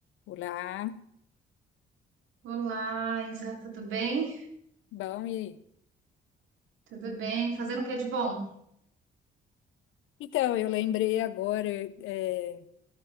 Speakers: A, on the left (about 80°); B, on the right (about 80°).
A: Olá,
B: Olá, Isa, tudo bem?
A: bom, e aí?
B: Tudo bem. Fazendo o que de bom?
A: Então, eu lembrei agora é,